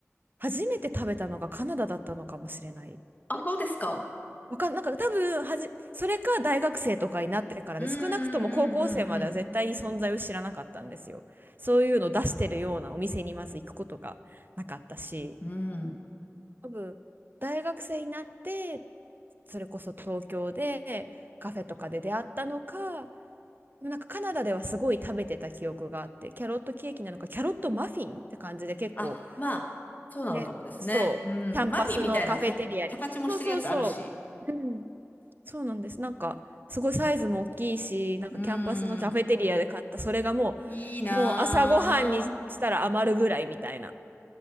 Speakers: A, on the right; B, on the left.
A: 初めて食べたのがカナダだったのかもしれない。
B: あ、そうですか。
A: わかん、なんか多分はじ、それか大学生とかになってからで、
B: うんう
A: 少なくとも高校生までは絶対に存在を知らなかったんですよ。
B: んうん
A: そういうのを出してるようなお店にまず行くことがなかったし、
B: うんうん。うん。
A: 多分、大学生になって、それこそ東京でカフェとかで出会ったのか、でもなんかカナダではすごい食べてた記憶があって、キャロットケーキなのか、キャロットマフィンって感じで結構、
B: あ、まあ、そうなのかもですね。
A: ね、そう、
B: うん。
A: キャンパスのカフェテリアに。
B: マフィンみたいなか、形もしてるやつあるし。
A: そうそうそう。うんそうなんです。なんか、すごいサイズも大きいし、なんかキャンパスのカフェテリアで買った、
B: うん。
A: それがも
B: いいなぁ。
A: う、もう朝ごはんにしたら余るぐらいみたいな。